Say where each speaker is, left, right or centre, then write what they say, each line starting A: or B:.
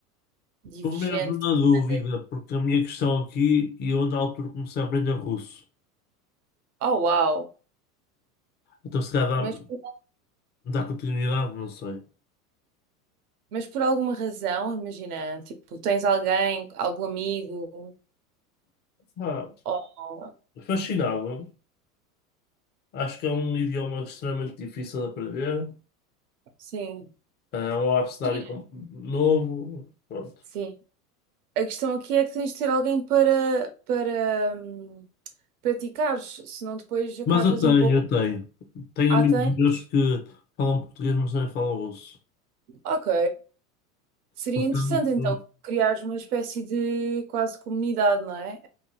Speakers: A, on the right (about 70°); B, on the left (about 20°).
A: divergente?
B: mesmo na dúvida,
A: mandarim?
B: porque a minha questão aqui, e eu na altura comecei a aprender russo.
A: Oh, uau!
B: Então se calhar
A: Mas,
B: dá,
A: por-
B: dá continuidade, não sei.
A: mas por alguma razão, imagina, tipo, tens alguém, algum amigo,
B: Ah,
A: ou...
B: fascinava. Acho que é um idioma extremamente difícil de aprender.
A: Sim,
B: É um abecedário
A: Imagina.
B: com- novo. Pronto.
A: sim. A questão aqui é que tens de ter alguém para, para hum, praticares, senão depois acabas
B: Mas eu tenho,
A: um pouco...
B: eu tenho. Tenho
A: Ah,
B: amigos
A: tens?
B: meus que falam português, mas também falam russo.
A: Ok. Seria
B: Portanto.
A: interessante então criar uma espécie de quase comunidade, não é?